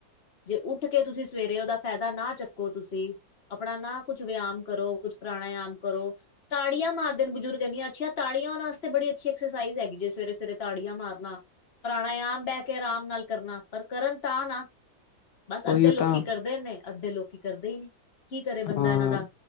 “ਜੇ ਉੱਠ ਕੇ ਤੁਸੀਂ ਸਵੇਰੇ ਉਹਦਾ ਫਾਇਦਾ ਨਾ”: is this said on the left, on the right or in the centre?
Left